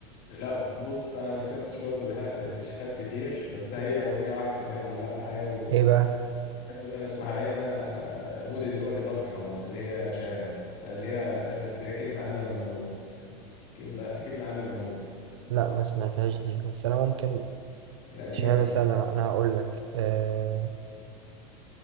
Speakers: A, on the left; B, on the right.
A: لا بص انا ما سمعتش برضو لها- لشهاب كتير بس هي اغنيه واحده اللي هي معلقه معايا وبحب
B: إيه بقى؟
A: ان انا اسمعها لان انا آه، مودي دلوقتي دارك خالص اللي هي شهاب آه، اللي هي اسف اللي هي كلمه قبل ما اموت كلمه كلمه قبل ما اموت
B: لا ما سمعتهاش دي بس انا ممكن
A: لا دي
B: شهاب
A: جامده يا عم.
B: انا انا هقول لك آه